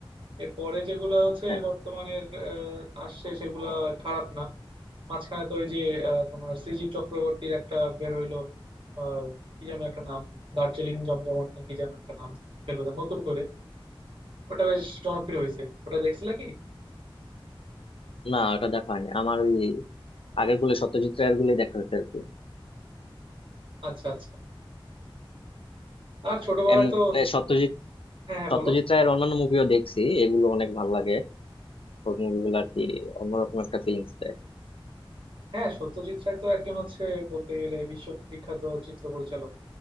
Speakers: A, on the right; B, on the left.
A: এরপরে যেগুলো হচ্ছে
B: হ্যাঁ
A: বর্তমানের আহ, আসছে সেগুলা খারাপ না মাঝখানে তো ওই যে আহ, তোমার শ্রীজীব চক্রবর্তীর একটা বের হইলো আহ, কি যেন একটা নাম দার্জিলিং জমজমাট নাকি যেন একটা নাম ফেলুদা নতুন করে ওটা বেশ জনপ্রিয় হয়েছে ওটা দেখছিলা কি
B: না ওটা দেখা হয়নি আমার ওই আগের গুলো সত্যজিৎ রায়ের গুলোই দেখা হয়েছে আর কি
A: আচ্ছা আচ্ছা আর ছোটবেলায়
B: এমনি
A: তো
B: সত্যজিৎ
A: হ্যাঁ হ্যাঁ
B: সত্যজিৎ
A: বলো
B: রায়ের অন্যান্য মুভিও দেখছি এগুলো অনেক ভালো লাগে ওর মুভিগুলো আর কি অন্যরকম একটা ফিলিংস দেয়
A: হ্যাঁ সত্যজিৎ রায় তো একজন হচ্ছে বলতে গেলে বিশ্ববিখ্যাত চিত্র পরিচালক